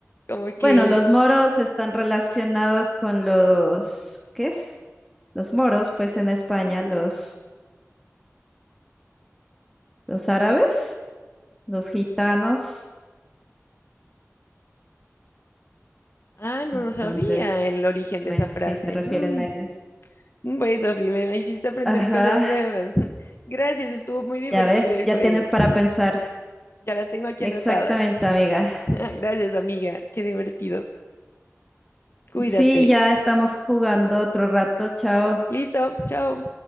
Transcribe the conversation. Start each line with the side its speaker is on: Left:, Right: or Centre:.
Left: Como que,
Centre: Bueno, los moros están relacionados con los, ¿qué es? Los moros, pues en España, los, los árabes, los gitanos.
Left: ah, no
Centre: Entonces,
Left: lo sabía el origen
Centre: bueno,
Left: de esa frase.
Centre: sí se refieren
Left: Mm,
Centre: a ellos.
Left: Bueno, Sofi, me hiciste aprender
Centre: Ajá,
Left: cosas nuevas. <laughs> Gracias, estuvo muy divertido
Centre: ya ves,
Left: el
Centre: ya
Left: juego.
Centre: tienes para pensar.
Left: Ya las tengo aquí
Centre: Exactamente,
Left: anotadas.
Centre: amiga.
Left: <laughs> Gracias, amiga, qué divertido. Cuídate.
Centre: Sí, ya estamos jugando otro rato. Chao.
Left: Listo, chao.